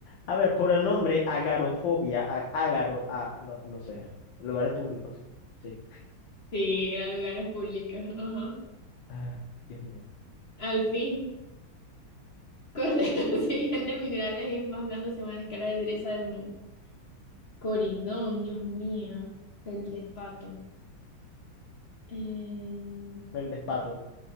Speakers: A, on the left (about 70°); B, on the left (about 35°).
A: A ver, por el nombre, agarofobia, a- ágaro, a, no, no sé, lugares públicos. Sí.
B: Sí, era lugares públicos. Ajá.
A: Ah, Dios mío.
B: Al fin. <laughs> ¿Cuál de los <laughs> siguientes minerales es más blando según la escala de dureza de Mohs? Coridón, Dios mío. El despato. Eh,
A: El despato,